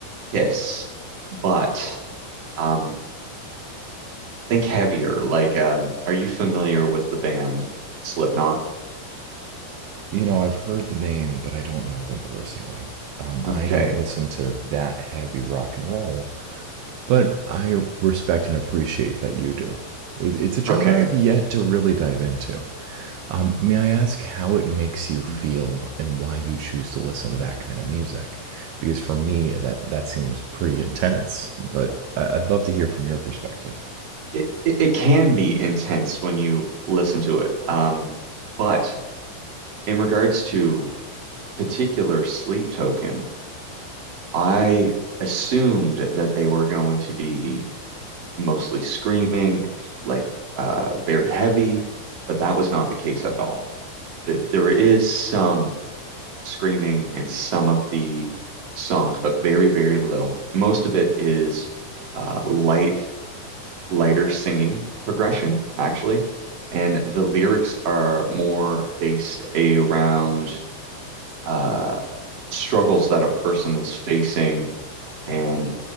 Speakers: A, on the right; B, on the right.
A: Kiss, but um, think heavier. Like, um, are you familiar with the band Slipknot?
B: You know, I've heard the name, but I don't know them personally. Um,
A: Okay.
B: I don't listen to that heavy rock and roll, But I respect and appreciate that you do. it's a genre
A: Okay,
B: I've yet to really dive into. Um, may I ask how it makes you feel
A: It,
B: and why you choose to listen to that kind of music? Because for me, that, that seems pretty intense, but I'd love to hear from your perspective.
A: it it can be intense when you listen to it. Um, but in regards to particular sleep token, I assumed that they were going to be mostly screaming, ex- like uh, very heavy, but that was not the case at all. Th there is some screaming in some of the songs, but very, very little. Most of it is uh, light lighter singing progression, actually. And the lyrics are more based around uh, struggles that a person is facing. And